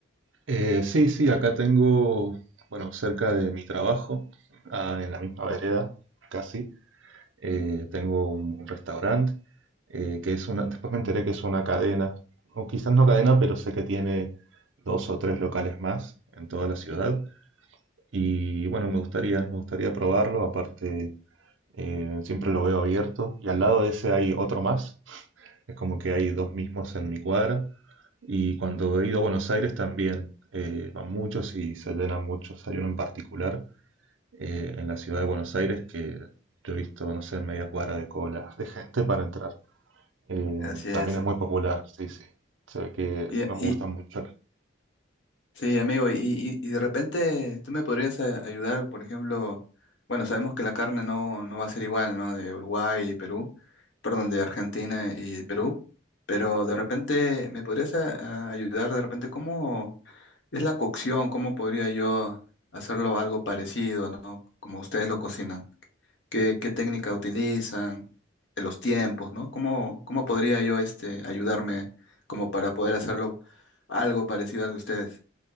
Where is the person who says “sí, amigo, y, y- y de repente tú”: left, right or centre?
Left